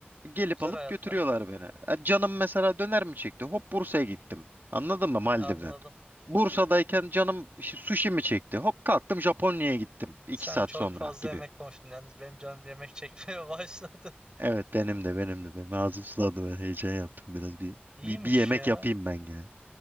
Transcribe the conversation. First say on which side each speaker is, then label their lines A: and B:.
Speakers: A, on the right (about 55°); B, on the right (about 20°).
A: Gelip
B: Güzel
A: alıp
B: hayatlar.
A: götürüyorlar beni. E, Canım mesela döner mi çekti? Hop Bursa'ya gittim. Anladın mı Maldiv'den?
B: Anladım.
A: Bursa'dayken canım şi- sushi mi çekti? Hop kalktım Japonya'ya gittim 2
B: Sen
A: saat
B: çok
A: sonra
B: fazla
A: gibi.
B: yemek konuştun. Yalnız benim canım yemek çekmeye <laughs> başladı.
A: Evet benim de benim de. Benim ağzım sulandı ben heyecan yaptım biraz. Bir,
B: İyiymiş
A: bir, bir yemek
B: ya.
A: yapayım ben ya.